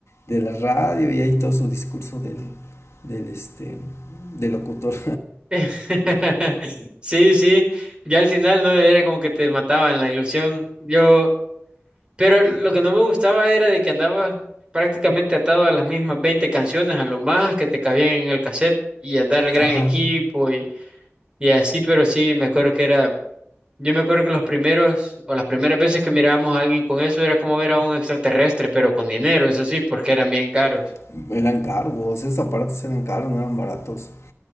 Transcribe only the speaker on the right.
<laughs> Sí, sí, ya al final no era como que te mataba en la ilusión. Yo, Pero lo que no me gustaba era de que andabas prácticamente atado a las mismas 20 canciones, a lo más que te cabían en el cassette y andar el gran
equipo y, y así, pero sí, me acuerdo que era, yo me acuerdo que los primeros o las primeras veces que mirábamos a alguien con eso era como ver a un extraterrestre, pero con dinero, eso sí, porque eran bien caros.